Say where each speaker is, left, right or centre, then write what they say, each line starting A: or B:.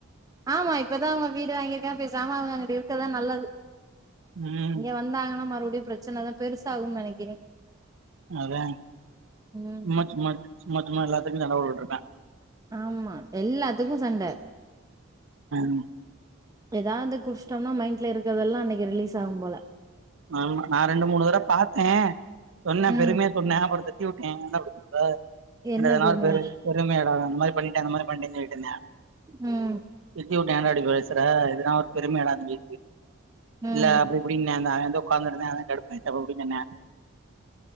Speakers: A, on the right (about 15°); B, on the right (about 70°).
A: ஆமா இப்பதான் அவங்க வீடு வாங்கியிருக்கான் பேசாம அவங்க அங்கிட் இருக்கிறதான் நல்லது
B: ம்
A: இங்க வந்தாங்கன்னா மறுபடி அப்டி பிரச்சன தான் பெருசாகும் நெனைக்கிறேன்
B: அதேன்
A: ம்
B: சும்மா சும்மா சும்மா சும்மா எல்லாத்துக்கும் சண்டபோட்டுருப்பான்
A: ஆமா எல்லாத்துக்கும் சண்ட
B: ம்
A: எதாவது குடிச்சிட்டோம்னா மைண்ட்ல இருக்கறதெல்லாம் அன்னைக்கு ரிலீஸ் ஆகும் போல
B: ஆமா நா ரெண்டு மூணு தடவ பாத்தேன் சொன்னே
A: ம்
B: பெருமையா சொன்னே அப்றது தட்டிவிட்டேன் என்ன இப்ப
A: என்ன
B: அதனால
A: பெருமையா
B: பெ பெருமையாடாது அந்த மாதிரி பண்ணிட்டு அந்த மாரி பண்ணிட்டு வந்து <unintelligible> என்ன <unintelligible>
A: ம்
B: ஏன்டா இப்டி பேசுற இதெல்லா ஒரு பெருமையாடா தம்பி
A: ம்
B: இல்ல அப்டி இப்டின்னு அந்த அவன் உக்காந்திருந்தேன் அதான் கடுப்பாயிட்டு அப்டி இப்டி ‌நின்னேன்